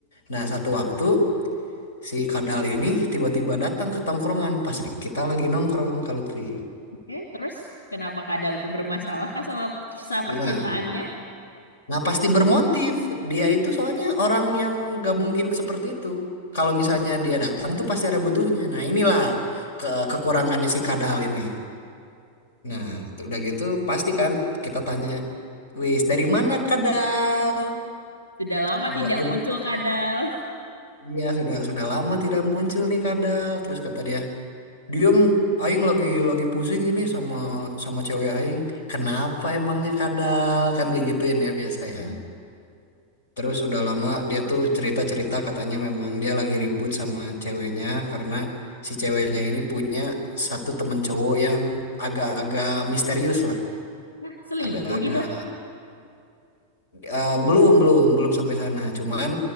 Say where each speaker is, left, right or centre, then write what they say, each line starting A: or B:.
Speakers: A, on the left; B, on the left.
A: nah satu waktu si Kadal ini tiba-tiba datang ke tongkrongan pas li- kita lagi nongkrong Kak Lutfi.
B: Oke, terus kenapa kadal itu bermasalah kah sama kisah
A: Nah,
B: percintaannya?
A: nah pasti bermotif. Dia itu soalnya orang yang gak mungkin seperti itu. Kalau misalnya dia datang tuh pasti ada butuhnya. Nah, inilah ke kekurangannya si Kadal ini. Nah, tuh udah gitu pasti kan kita tanya, "Wis, dari mana Kadal?"
B: Sudah lama
A: Enggak,
B: tidak muncul kadal.
A: Iya, sudah sudah lama tidak muncul nih kadal. Terus kata dia, "Diem, aing lagi lagi pusing ini sama sama cewek aing. Kenapa emangnya kadal?" Kan digituin ya biasa ya.
B: <laughs>
A: Terus udah lama dia tuh cerita-cerita katanya memang dia lagi ribut sama ceweknya karena si ceweknya ini punya satu temen cowok yang agak-agak misterius lah,
B: Nah, selingkuh
A: agak-agak
B: gitu.
A: Eh, belum belum belum sampai sana cuman